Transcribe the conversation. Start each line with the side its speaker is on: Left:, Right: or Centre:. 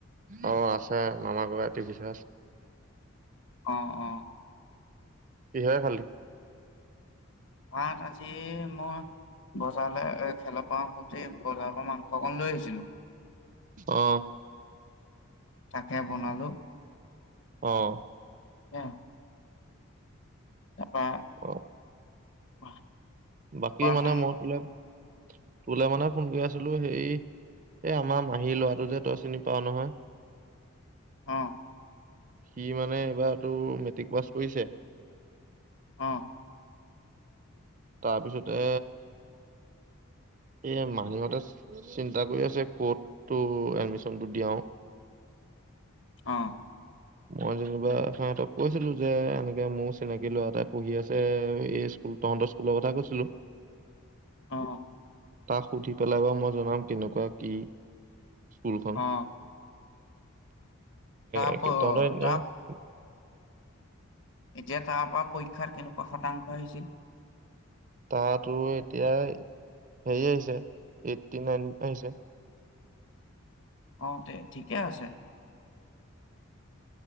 Right: অ', আছে, মামা ককায়ে টিভি চাই আছে।
Left: অ', অ'।
Right: কিহেৰে খালি?
Left: <unintelligible> আজি মই বজাৰলৈ এই খেলৰ পৰা আহোঁতেই বজাৰৰ পা, মাংস অকন লৈ আহিছিলোঁ।
Right: অ',
Left: তাকে বনালোঁ।
Right: অ'।
Left: <unintelligible> <unintelligible>
Right: অ',
Left: <unintelligible>
Right: বাকী
Left: কোৱাচোন
Right: মানে মই বোলে তোলে মানে ফোন কৰি আছিলো হেই এই আমাৰ মাহী লৰাটো যে তই চিনি পাও নহয়।
Left: অঁ।
Right: সি মানে এইবাৰ তোৰ মেট্ৰিক পাছ কৰিছে।
Left: অঁ।
Right: তাৰপিছতে এ' মাহীহঁতে চিন্তা কৰি আছে কতটো এডমিচনটো দিয়াও।
Left: অঁ।
Right: মই যেনিবা সিহঁতক কৈছিলো যে এনেকে মোৰ চিনাকি লৰা এাই পঢ়ি আছে এই স্কুল তহঁতৰ স্কুলৰ কথা কৈছিলো।
Left: অ
Right: তাক সুধি পেলাবা মই জনাম কেনেকুৱা কি স্কুলখন
Left: অ তাৰ
Right: একদম।
Left: প-
Right: <unintelligible>
Left: তাৰ যে তাৰ পৰা পৰীক্ষাত কেনেকুৱা শতাংশ আহিছিল।
Right: তাতো এতিয়া হেৰি আহিছে এইটটি নাইন আহিছে।
Left: অ তে ঠিকে আছে।